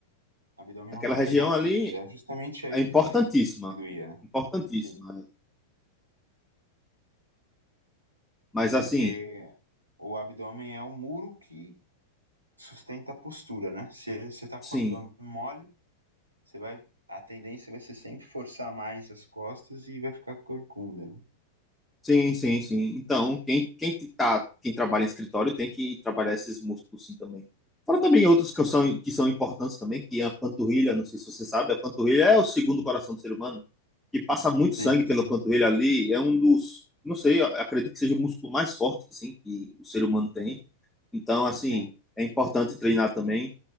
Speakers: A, on the right; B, in the centre.
A: Abdômen
B: Aquela
A: lombar,
B: região
A: exatamente.
B: ali
A: É justamente aí
B: é importantíssima,
A: que dói, que doía, né?
B: importantíssima.
A: Sim.
B: Mas
A: Porque
B: assim,
A: o abdômen é um muro que sustenta a postura, né? Se você tá
B: sim.
A: com o abdômen mole, você vai, a tendência vai ser sempre forçar mais as costas e vai ficar corcunda, né?
B: Sim, sim, sim. Então, quem, quem, te- tá, quem trabalha em escritório tem que trabalhar esses músculos sim também. Fora também outros que são, que são importantes também, que é a panturrilha, não sei se você sabe, a panturrilha é o segundo coração do ser humano, que passa muito sangue
A: Sim,
B: pela
A: sim,
B: panturrilha ali, é um dos, não sei, eu acredito que seja o músculo mais forte, assim, que o ser humano tem. Então, assim,
A: sim.
B: é importante treinar também.